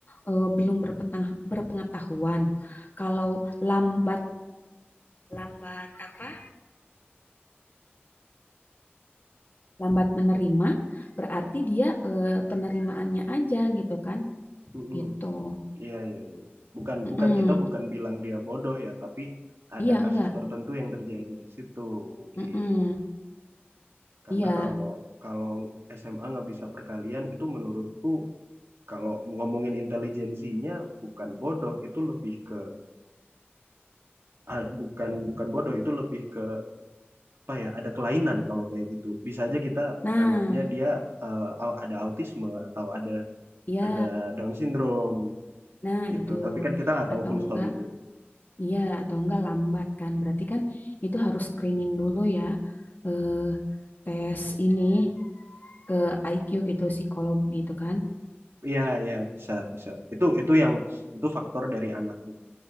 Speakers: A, on the left; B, on the right.
A: eh, belum berpetang- berpengetahuan kalau lambat lambat apa lambat menerima berarti dia eh, penerimaannya aja gitu kan
B: Mm-mm.
A: gitu
B: Iya, iya, iya. Bukan,
A: Mm-mm.
B: bukan kita bukan bilang dia bodoh ya, tapi ada
A: iya enggak
B: kasus tertentu yang terjadi di situ mungkin.
A: Mm-mm.
B: Karena
A: iya
B: kalau kalau SMA nggak bisa perkalian itu menurutku kalau ngomongin intelijensinya bukan bodoh, itu lebih ke ah, bukan bukan bodoh, itu lebih ke apa ya ada kelainan kalau kayak gitu bisa aja kita
A: nah
B: nganggapnya dia eh, ada autisme atau ada
A: iya
B: ada Down syndrome
A: Nah,
B: gitu
A: itu
B: tapi kan kita nggak tahu
A: atau
B: full
A: enggak,
B: story-nya
A: iya, atau enggak lambat kan? Berarti kan itu harus screening dulu ya, eh, tes ini ke IQ gitu, psikolog gitu kan?
B: iya iya bisa bisa itu itu yang itu faktor dari anaknya